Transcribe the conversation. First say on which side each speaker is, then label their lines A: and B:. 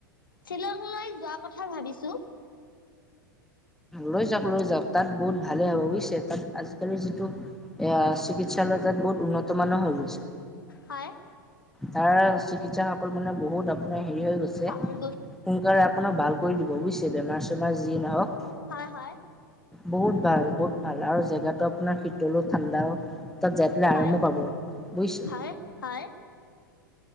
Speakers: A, on the left; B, in the centre.
A: শ্বিলং লৈ যোৱা কথা ভাবিছো।
B: লৈ যাওক লৈ যাওক। তাত বহুত ভালে হ'ব বুজিছে। তাত আজিকালি যিটো। এয়া চিকিৎসালয় তাত বহুত উন্নত মান হৈ গৈছে।
A: হয়
B: তাৰ চিকিৎসা সকল মানে বহুত আপোনাৰ হেৰি হৈ গৈছে।
A: হয়
B: সোনকালে আপোনাক ভাল কৰি দিব বুজিছে, বেমাৰ চেমাৰ যিয়ে নহওক।
A: হয় হয়।
B: বহুত ভাল বহুত ভাল আৰু জেগাটো আপোনাৰ শীতলো ঠাণ্ডাও। তাত যাই পেলাই
A: হয়
B: আৰামো পাব বুজিছে?
A: হয় হয়